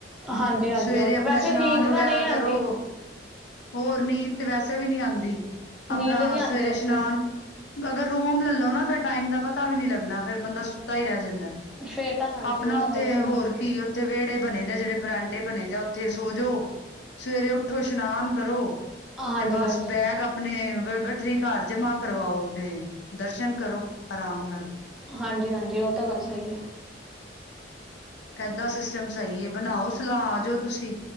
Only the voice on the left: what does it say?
ਸਵੇਰੇ
ਆਪਣਾ
ਇਸ਼ਨਾਨ
ਵਗੈਰਾ
ਕਰੋ ਹੋਰ ਨੀਂਦ ਤੇ ਵੈਸੇ ਵੀ ਨਹੀਂ ਆਦੀ,
ਆਪਣਾ
ਸਵੇਰੇ
ਇਸ਼ਨਾਨ ਅਗਰ ਰੂਮ ਲੈਲੋ ਨਾ ਫੇਰ ਟਾਈਮ ਦਾ ਪਤਾ ਵੀ ਨੀ ਲੱਗ ਲੱਗਣਾ ਫੇਰ ਬੰਦਾ ਸੁੱਤਾ ਈ ਰਹਿ ਜਾਂਦਾ,
ਆਪਣਾ
ਉੱਥੇ
ਹੋਰ
ਕੀ ਉੱਥੇ ਵਿਹੜੇ ਬਣੇ ਦੇ, ਜਿਹੜੇ ਬਰਾਂਡੇ ਬਣੇ ਆ ਉੱਥੇ ਸੋਜੋ ਸਵੇਰੇ ਉੱਠੋ ਇਸ਼ਨਾਨ ਕਰੋ,
ਤੇ ਬਸ
ਬੈਗ ਆਪ ਆਪਣੇ ਗਠਰੀ ਘਰ ਜਮਾ ਕਰਵਾਓ, ਤੇ ਦਰਸ਼ਨ ਕਰੋ ਆਰਾਮ ਨਾਲ
ਏਦਾਂ ਸਿਸਟਮ ਸਈ ਐ, ਬਣਾਓ ਸਲਾਹ ਆ ਜਾਓ ਤੁਸੀਂ